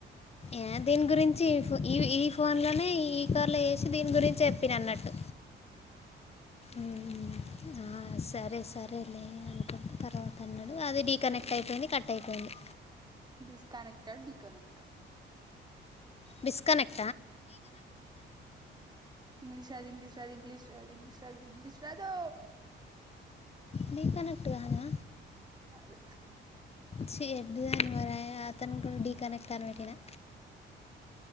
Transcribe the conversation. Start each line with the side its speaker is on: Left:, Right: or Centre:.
Left: ఏ దీని గురించి ఈ ఫోన్ ఈవి ఈ ఫోన్ లోనే, ఈ ఈ కార్లో ఏసి దీని గురించెప్పిన అన్నట్టు ఉ ఆ సరే సరేలే అనుకు తర్వాత అన్నాడు, అది డీకనెక్ట్ అయిపెయింది కట్ట్ అయిపెయింది.
Right: డిస్కనెక్టర్డ్ డి కనక్ట్
Left: బిస్కనెక్
Right: ఇంగ్లీష్ రా ఇంగ్లీష్ రాదు ఇంగ్లీష్ రాదు ఇంగ్లీష్ రాదు ఇంగ్లీష్ టాస్ ఇంగ్లీష్ రాదో
Left: డీ కనెక్ట్ గాదా
Right: కాదు
Left: ఛీ ఎడ్డిదానివేనే అతను కూడా డీ కనెక్ట్ అని బెట్టినా